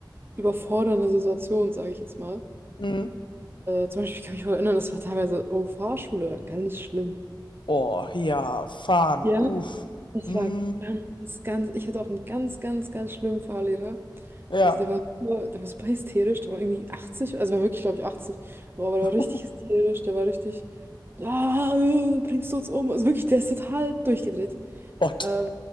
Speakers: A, on the right; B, on the left.
A: überfordernde Situation, sage ich jetzt mal.
B: Mhm.
A: Äh, zum Beispiel, ich kann mich noch erinnern, das war teilweise, oh, Fahrschule, war ganz schlimm.
B: Oh, ja, fahren,
A: Ja,
B: uff.
A: Das
B: Mhm.
A: war ganz, ganz, ich hatte auch einen ganz, ganz, ganz schlimmen Fahrlehrer.
B: Ja.
A: Also der war super, der war super hysterisch, der war irgendwie 80, also war wirklich, glaube ich, 80, aber, aber der
B: <laughs>
A: war richtig hysterisch, der war richtig, ah, äh, bringst du uns um? Also wirklich, der ist total durchgedreht.
B: Gott,
A: Ähm,